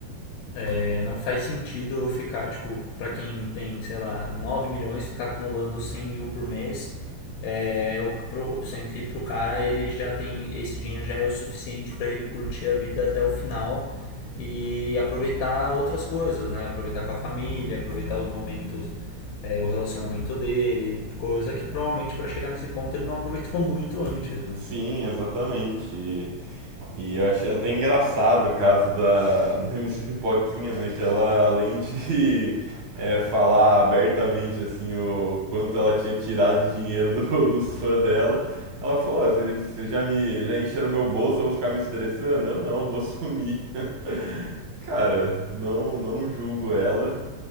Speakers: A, on the left; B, on the right.
A: é, não faz sentido eu ficar, tipo, para quem tem, sei lá, 9 milhões, ficar acumulando 100 mil por mês, é, o- pro- sendo que pro cara ele já tem, esse dinheiro já é o suficiente para ele curtir a vida até o final e aproveitar outras coisas, né? Aproveitar com a família, aproveitar os momentos, é, o relacionamento dele, coisa que provavelmente para chegar nesse ponto ele não aproveitou <laughs> muito antes, né?
B: Sim, exatamente. E E eu achei até engraçado o caso da, da MC Pipoquinha, né? Que ela, além de é, falar abertamente, assim, o, o quanto ela tinha tirado de dinheiro do- dos fãs dela, ela falou, ah, vocês vocês já me, já encheram meu bolso, eu vou ficar me estressando? Eu não, vou sumir. <laughs> E, Cara, não, não julgo ela,